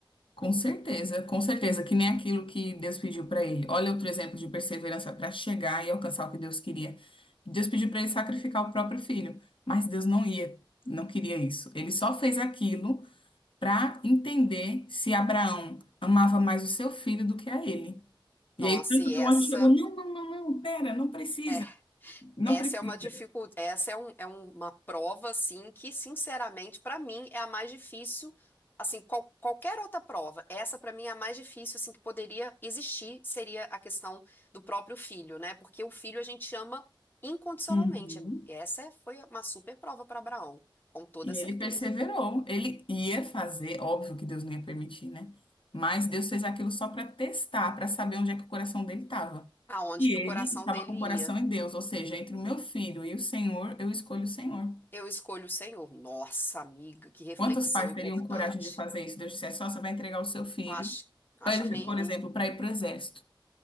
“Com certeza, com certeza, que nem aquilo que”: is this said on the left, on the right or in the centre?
Left